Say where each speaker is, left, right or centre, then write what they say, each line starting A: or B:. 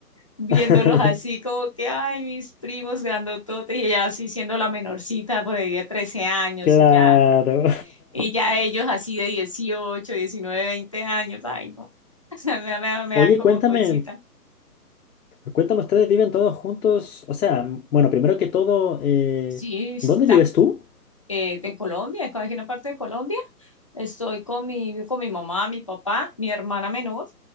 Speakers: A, on the left (about 20°); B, on the left (about 65°).
A: viéndolos
B: <laughs>
A: así como que, ay, mis primos grandototes, y ella así siendo la menorcita por ahí de 13 años
B: Claro.
A: y ya. Y ya ellos así de 18 19 20 años, ay, no, <laughs> me, da- me, da me
B: <laughs>
A: da como
B: Oye, cuéntame,
A: cosita.
B: Cuéntame, ¿ustedes viven todos juntos? O sea, m- bueno, primero que todo, eh,
A: Sí, está,
B: ¿dónde vives tú?
A: eh, de Colombia, estoy aquí en una parte de Colombia. Estoy con mi, con mi mamá, mi papá, mi hermana menor